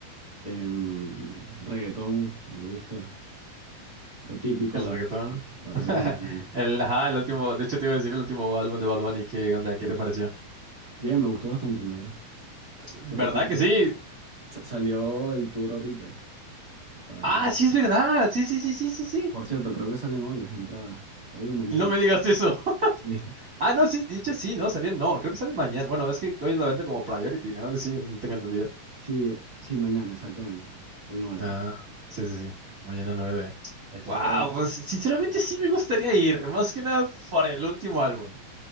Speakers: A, on the right; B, on the right.
A: em, reggaetón, me gusta, lo típico,
B: El
A: la
B: reggaetón.
A: verdad, Bad
B: <laughs>
A: Bunny.
B: El, ajá, el último, de hecho te iba a decir el último álbum de Bad Bunny, ¿qué onda?
A: Sí.
B: ¿Qué
A: sí.
B: te pareció?
A: Bien, me gustó bastante, en verdad.
B: ¿Verdad
A: Que por cierto,
B: que sí?
A: sa- salió el tour ahorita. va-
B: Ah, sí es verdad, sí, sí, sí, sí, sí, sí.
A: Por cierto, creo que salen hoy las entradas, hoy o mañana.
B: No me digas eso. <laughs>
A: Sí,
B: Ah, no, sí, de hecho sí, no, salían, no, creo que salen mañana. Bueno, es que hoy la venta como priority, ¿no? Que sí, no tengo entendido.
A: sí, sí, mañana, exactamente, el nueve
B: Ah, sí, sí, sí, mañana nueve.
A: Eso
B: Wow, pues sinceramente sí me gustaría ir, más que nada por el último álbum,